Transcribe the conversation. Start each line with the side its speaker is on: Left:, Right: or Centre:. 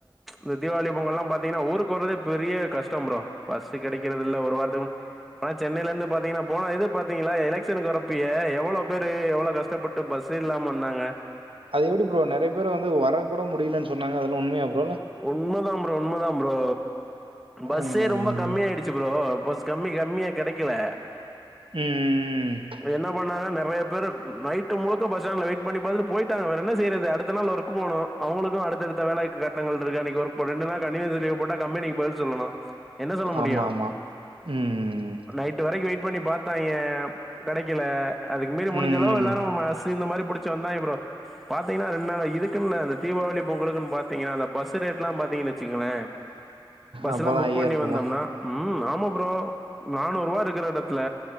Centre: ந் தீவாளி பொங்கல் ல்லா பாத்தீங்ன்னா ஊருக்கு வரதே பெரிய கஷ்டொம் ப்ரோ பஸ்சு கெடக்குறது இல்ல ஒரு வாரத்துக்கு முன் ஆ சென்னைல இருந்து பாத்தீங்கன்னா போன இது பாத்தீங்களா எலக்சனுக்கு வரப்பயே எவ்ளோ பேரு எவ்ளோ கஷ்டப்பட் டு பஸ்சு இல்லாம வந்தாங்க
Right: அது எப்டி ப்ரோ நறையா பேர் வந்து வர கூட முடிலன் சொன்னாங்க அதெல்லா உண்மையா ப்ரோ இல்ல
Centre: உண்மதா ப்ரோ உண்மதா ப்ரோ பஸ்ஸே
Right: ம்
Centre: ரொம்ப கம்மி ஆய்டிச்சு ப்ரோ பஸ் கம்மி கம்மியா கெடக்கல
Right: ம் ம் ம்
Centre: என்ன பண்ணாங்க நறையா பேரு நைட்டு முழுக்க பஸ் ஸ்டாண்ட்ல வெய்ட் பண்ணி பாத்துட்டு போய்ட்டாங்க வேற என்ன செய்றது அடுத்த நாள் ஒரு க்கு போனு அவ்ங்களுக்கு அடுத்தடுத்த வேல கட்டங்கள் இருக்கு அன்னெக்கி வர்க் பண்ணு ரெண்டு நாள் கண்டினுஸ் லீவு போட்டா கம்பனிக்கு பதில் சொல்லணு என்ன சொல்ல முடியு
Right: ஆமா ஆமா ம்
Centre: நைட்டு வரைக்கு வெய்ட் பண்ணி பாத்தாய்ங்க கெடக்கல அதுக்கு மீறி முடிஞ்ச
Right: ம்
Centre: அளவு எல்லாரு மஸ் த்து இந்த மாரி புடுச்சு வந்தாய்ங்க ப்ரோ பாத்தீங்கன்னா ரெண்டு நாளா இதுக்குன்னு இந்த தீபாவளி பொங்கலுக்குன்னு பாத் தீங்கன்னா அந்த பஸ் ரேட்ல்லா பாத்தீங்கன் வெச்சுங்கள பஸ்லா
Right: அப்பதா
Centre: புக்
Right: ஐயா
Centre: பண்ணி
Right: இருக்குமா
Centre: வந்தொம்னா ம் ஆமா ப்ரோ நானூற்வா இருக்குற எடத்துல